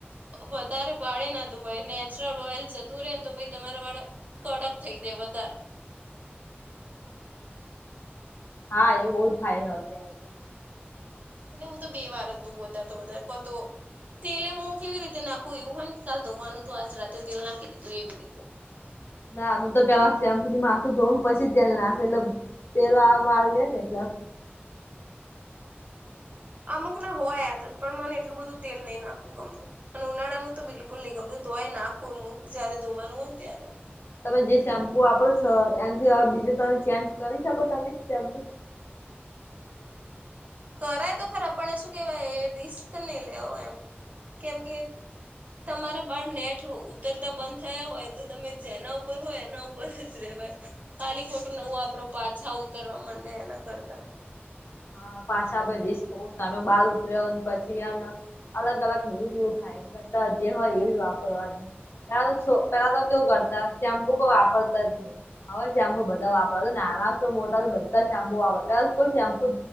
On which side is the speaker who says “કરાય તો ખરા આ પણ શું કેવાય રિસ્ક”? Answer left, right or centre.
Right